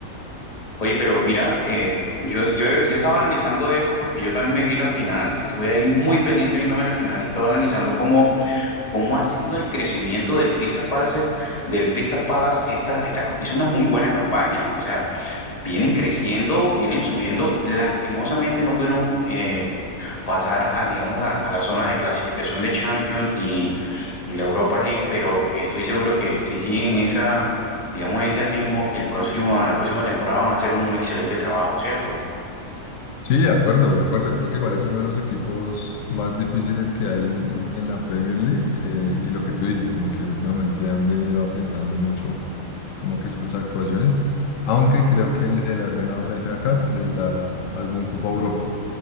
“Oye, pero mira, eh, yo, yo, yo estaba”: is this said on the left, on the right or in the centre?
Left